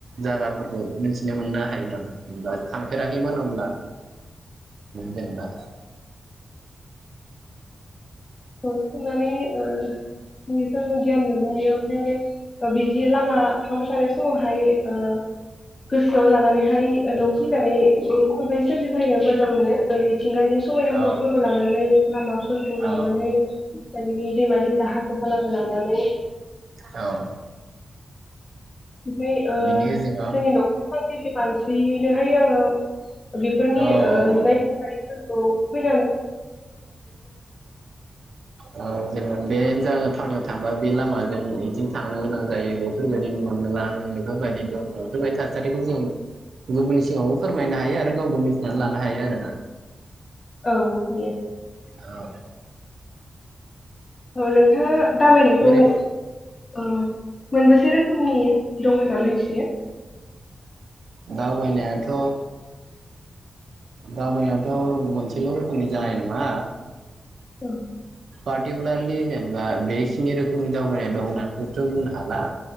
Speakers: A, on the right; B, on the left.
A: जायगाफोरखौ मिथिनो मोननो हायो नामा जेनेबा थांफेराखैमोन हब्ला जेनेबा
B: बाव थांनानै ओ <unintelligible> गियान मोननो हायो ओमफ्राय आरो बिदि लामा थांबाय थानाय समाव हाय ओ गोसोआव लानानैहाय न'आव फैनानै खन्थाइ सोरजिफैनो मोजां मोनो। मिथिंगानि समायना बर्डफोरखौ
A: औ
B: लानानै लामाफोरखौ ला
A: औ
B: लानानै दा बिनि दैमा दैसा हा खालाखौ लानानै
A: औ
B: ओमफ्राय ओ
A: बिनि गेजेराव
B: जोंनि न'खर फांनि मानसिनोहाय सिआङो बेफोरनि
A: औ औ
B: ओ नुनाय थाखायबो औ
A: औ औ जेनम बेन जागोन थांनो थांबा बे लामाजों बिदिनो इथिं थांनो गोनां जायो बेफोरबायदि मोननोला नोङो बेफोरबायदि दङ बेफोरबायदि थासारिखौ जों गुबुननि सिगाङावबो फोरमायनो हायो आरो गावबो मिथिनानै लानो हायो आरोना।
B: औ हायो।
A: औ
B: औ नोंथाङा दावबायनायखौ
A: ओरै
B: औ मोनबेसे रोखोमनि दं होनना मोनथियो।
A: दावबायनायाथ' दावबायनायाथ' मोनसेल' रोखोमनि जानाय नङा।
B: औ
A: पार्टिकुलारलि जेनेबा बेखिनि रोखोमनि दावबायनाय दं होननानैबोथ' बुंनो हाला